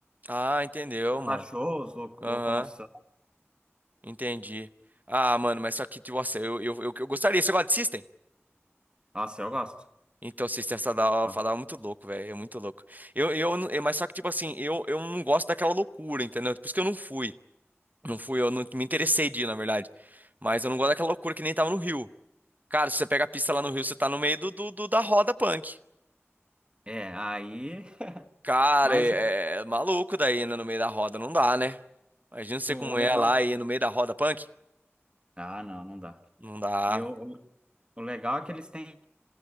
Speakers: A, on the right (about 35°); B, on the right (about 20°).
A: Ah, entendeu, mano.
B: pra shows, lo-
A: Aham,
B: locomoção.
A: entendi. Ah, mano, mas só que, tipo, nossa, eu, eu, eu, eu gostaria. Você gosta de System?
B: Nossa, eu gosto.
A: Então, System Sadal
B: Gosto.
A: falava muito louco, velho. É muito louco. Eu, eu, não- eu- mas só que, tipo assim, eu, eu não gosto daquela loucura, entendeu? Por isso que eu não fui. Não fui, eu não me interessei de ir, na verdade. Mas eu não gosto daquela loucura que nem tava no Rio. Cara, se você pega a pista lá no Rio, você tá no meio do, do- do- da roda punk.
B: É, aí.
A: Cara,
B: Mas
A: é, é maluco daí, né? No meio da roda, não dá, né? Imagina você
B: o
A: como
B: o
A: é
B: legal.
A: lá e no meio da roda punk.
B: Ah, não, não dá.
A: Não dá.
B: E o, o legal é que eles têm